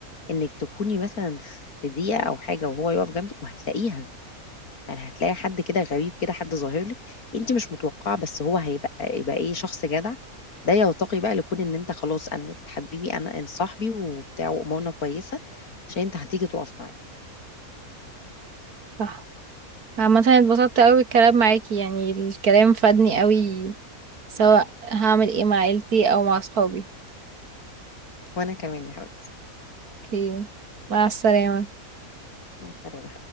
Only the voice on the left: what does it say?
انك تكوني مثلا في دقيقة او حاجة وهو يقف جنبك وهتلاقيها يعني هتلاقي حد كده غريب كده حد ظاهر لك انت مش متوقعة بس هو هيبقى يبقى ايه شخص جدع ده يرتقي بقى لكون ان انت خلاص انا حبيبي انا انت صاحبي وبتاع وامورنا كويسة عشان انت هتيجي تقف معايا
وانا كمان يا حبيبتي
مع السلامة